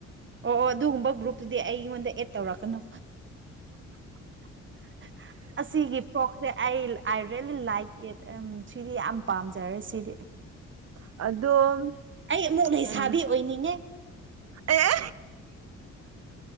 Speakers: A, on the right (about 40°); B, on the right (about 55°).
A: ꯑꯣ ꯑꯣ ꯑꯗꯨꯒꯨꯝꯕ ꯒ꯭ꯔꯨꯞꯇꯨꯗꯤ ꯑꯩꯉꯣꯟꯗ ꯑꯦꯠ ꯇꯧꯔꯛꯀꯅꯨ <unintelligible> ꯑꯁꯤꯒꯤ ꯐ꯭ꯔꯣꯛꯁꯦ ꯑꯩ ꯑꯥꯏ ꯔ‌ꯦꯂꯤ ꯂꯥꯏꯛ ꯏꯠ ꯎ ꯁꯤꯗꯤ ꯌꯥꯝ ꯄꯥꯝꯖꯔꯦ ꯁꯤꯗꯤ
B: ꯑꯗꯣ
A: ꯑꯩ ꯑꯃꯨꯛ ꯂꯩꯁꯥꯕꯤ
B: ꯎꯝ
A: ꯑꯣꯏꯅꯤꯡꯉꯦ
B: ꯑꯦ